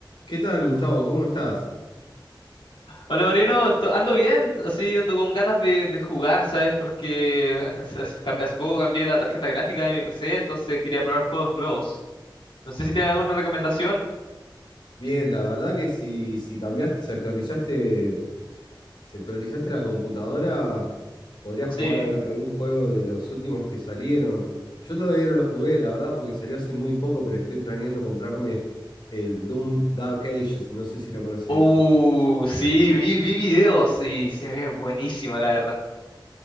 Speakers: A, on the left (about 70°); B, on the left (about 90°).
A: ¿Qué tal, Gustavo? ¿Cómo estás?
B: Hola Mariano, Esto- ando bien, así ando con ganas de, de jugar, ¿sabes? Porque <laughs> hace, hace- cambi- hace poco cambié la tarjeta gráfica de mi PC, entonces quería probar juegos nuevos. No sé si tienen alguna recomendación.
A: Bien, la verdad que si, si cambiaste, si actualizaste, si actualizaste la computadora, podrías
B: Sí.
A: jugar al- algún juego de los últimos que salieron. Yo todavía no lo jugué, la verdad, porque salió hace muy poco, pero estoy planeando comprarme el Doom Dark Ages, no sé si lo conoces.
B: Uh, sí, vi, vi videos y se ve buenísima, la verdad.